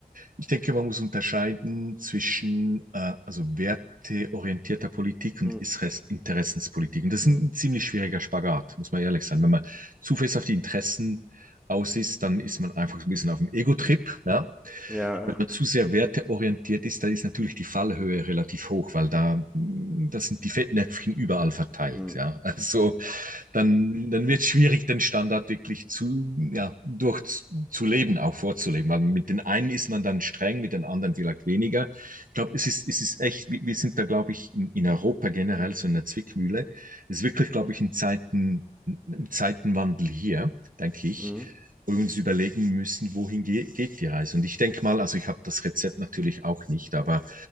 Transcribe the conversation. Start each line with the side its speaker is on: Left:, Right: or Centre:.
Right: ich denke, man muss unterscheiden zwischen äh, also werteorientierter Politik und
Centre: Mhm.
Right: Isres- Interessenspolitik. Und das ist
Centre: Mhm.
Right: ein ziemlich schwieriger Spagat, muss man ehrlich sein. Wenn man zu fest auf die Interessen aus ist, dann ist man einfach so ein bisschen auf dem Ego-Trip, ja
Centre: Ja,
Right: wenn man zu sehr werteorientiert ist, da ist natürlich die Fallhöhe relativ hoch, weil da, mm, da sind die Fettnäpfchen überall verteilt.
Centre: mhm.
Right: Ja, also dann, dann wird es schwierig, den Standard wirklich zu, ja, durch zu leben, auch vorzuleben, weil mit den einen ist man dann streng, mit den anderen vielleicht weniger. Ich glaube, es ist, es ist echt, wir sind da, glaube ich, in, in Europa generell so in der Zwickmühle. Es ist wirklich, glaube ich, in Zeiten Zeitenwandel hier, denke ich,
Centre: Mhm.
Right: uns überlegen müssen, wohin ge geht die Reise. Und ich denke mal, also ich habe das Rezept natürlich auch nicht, aber ein